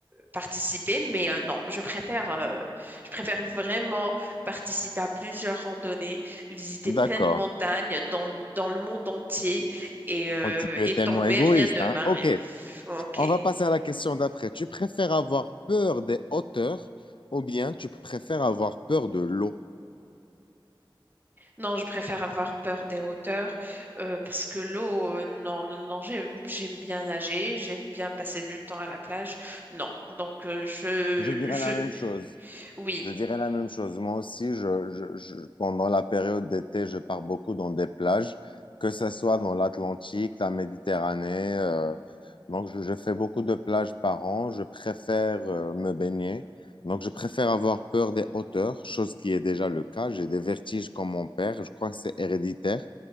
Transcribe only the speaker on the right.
participer. Mais euh, non, je préfère euh, je préfère vraiment participer à plusieurs randonnées, visiter
plein de montagnes dans dans le monde entier et euh,
et
tomber,
rien ne
m'arrive.
Ok.
Non, je préfère avoir peur des hauteurs euh, parce que l'eau, euh, non, non, non, j'aime, j'aime bien nager, j'aime bien passer du temps à la plage. Non, donc euh, je,
je,
oui,